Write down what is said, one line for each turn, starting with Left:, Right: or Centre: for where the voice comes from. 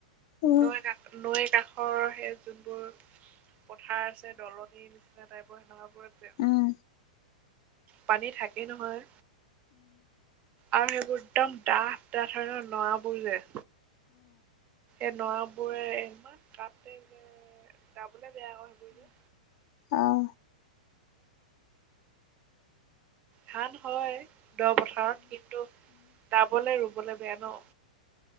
Left: উম
Right: নৈ কষত নৈৰ কাষ ঘৰৰ সেই যোনবোৰ পথাৰ আছে, দলনি নিচিনা টাইপৰ সেনেকুৱা বোৰ আছে
Left: উম
Right: পানী থাকেই নহয়। আৰু সেইবোৰ একদম ডাঠ ডাঠ হয় ন, নৰা বোৰ যে। এই নৰাবোৰে ইমান কাটে, দাবলে বেয়া হয় সেইবোৰ যে।
Left: অঁ।
Right: ধান হয় দহ পথাৰত কিন্তু দাবলে ৰুবলে বেয়া ন।